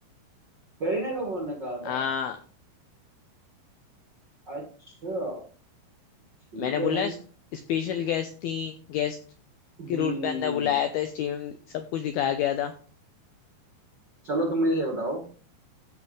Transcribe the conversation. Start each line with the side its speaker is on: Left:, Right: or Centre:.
Right: करीना कपूर ने कहा
Left: आ,
Right: था अच्छा ठीक
Left: मैंने
Right: है
Left: बोला
Right: भाई
Left: स्पेशल गेस्ट थी गेस्ट
Right: हम्म
Left: के रोल पे अंदर बुलाया था स्टेडियम सब कुछ दिखाया गया था
Right: चलो तुम मुझे ये बताओ